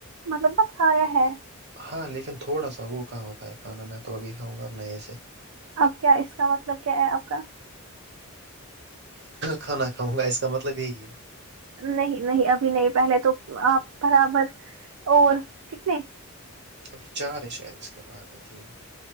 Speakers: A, on the right (about 65°); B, on the right (about 50°).
A: مطلب کے کھایا ہے
B: ہاں لیکن تھوڑا سا وہ کہاں ہوتا ہے کھانا میں تو ابھی کاؤں گا اب نئے سے
A: اب کیا اس کا مطلب کیا ہے آپ کا
B: کھانا کھاؤں گا اس کا مطلب یہی ہے
A: نہیں نہیں ابھی نہیں پہلے تو آپ برابر اور کتنے
B: ابھی چار ہے شاید اس کے بعد یا تین